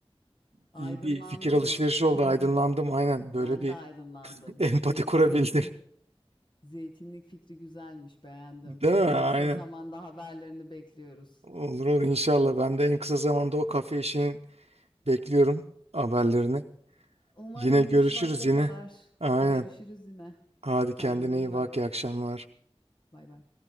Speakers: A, on the left; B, on the right.
A: aydınlandın
B: iyi bir fikir alışverişi
A: mı?
B: oldu,
A: <laughs>
B: aydınlandım aynen. Böyle
A: Ben
B: bir
A: de aydınlandım.
B: <laughs> empati
A: Zey
B: kurabildim.
A: zeytin zeytinlik fikri güzelmiş, beğendim.
B: Değil
A: En
B: mi? Aynen.
A: kısa zamanda haberlerini bekliyoruz.
B: Olur olur inşallah. Ben de en kısa zamanda o kafe işini bekliyorum haberlerini.
A: Umarım
B: Yine görüşürüz
A: üç vakte
B: yine.
A: kadar.
B: Aynen.
A: Görüşürüz yine.
B: Hadi kendine
A: Kendine
B: iyi
A: iyi bak.
B: bak. İyi akşamlar.
A: Bay bay.